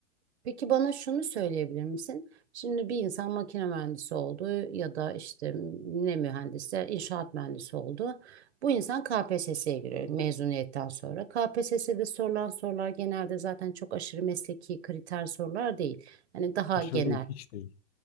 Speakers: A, on the right (about 60°); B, on the left (about 55°).
A: Peki bana şunu söyleyebilir misin? Şimdi bir insan makine mühendisi oldu ya da işte ne mühendisler inşaat mühendisi oldu. Bu insan KPSS'ye giriyor mezuniyetten sonra. KPSS'de sorulan sorular genelde zaten çok aşırı mesleki kriter sorular değil. Hani daha
B: Aşırı
A: genel.
B: değil, hiç değil.